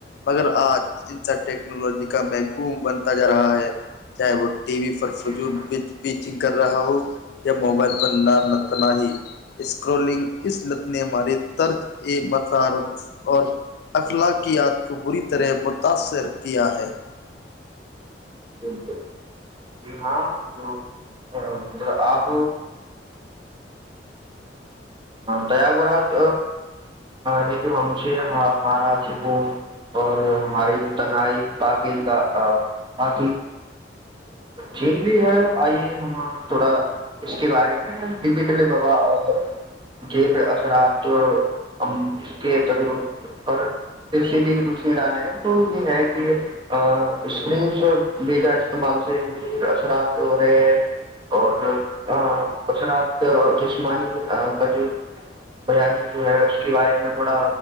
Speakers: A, on the left; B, on the right.
A: مگر آج انسا ٹیکنالوجی کا محکوم بنتا جا رہا ہے <unintelligible> ٹی وی پر فضول
B: جی جناب
A: پچ پچ کر رہا ہو یا موبائل پر نارنتنااہی اسکرولنگ اس لت نے ہمارے طرز مسارت اور اخلاقیات کو بری طرح متاثر کیا ہے
B: بالکل جی ہاں تو مطلب آپ تغورات نے تو ہم سے ہمارا سکون اور ہمارے جو تنائی پاکیزہ <unintelligible> جینری ہے آئیے ہم تھوڑا اس کے بارے میں ڈجیٹل ا اور جیر اثرات ہم اس کے تجرب پر ت سے بھی روشنی ڈالے ہیں تو یہ ہے کہ اسپرنگس بیجا استعمال سے میر اثرات ہو رہے ہیں اور اثرات جسمانی کا جو بیانی جو ہے اس کے بارے میں تھوڑا